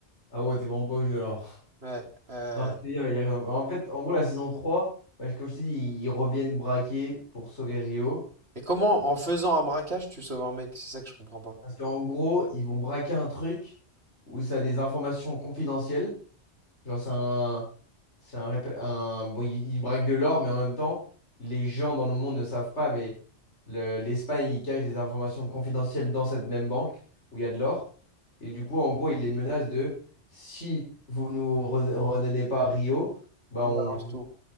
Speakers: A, on the left (about 80°); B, on the right (about 65°).
A: ah ouais, t'es vraiment pas au jeu, alors.
B: Ouais.
A: <laughs>
B: euh,
A: Marseille, il arrive dans- En fait, en gros, la saison trois bah, comme je t'ai dit, ils reviennent braquer pour sauver Rio.
B: Et comment en faisant un braquage tu sauves un mec? C'est ça que je comprends pas.
A: Parce qu'en gros, ils vont braquer un truc où ça a des informations confidentielles. Genre, c'est un. C'est un, rép- un- Bon, ils, ils braquent de l'or, mais en même temps, les gens dans le monde ne savent pas, mais le- l'Espagne, ils cachent des informations confidentielles dans cette même banque où il y a de l'or. Et du coup, en gros, ils les menacent de si vous nous re- redonnez pas Rio, bah
B: On
A: on
B: balance
A: vous,
B: tout.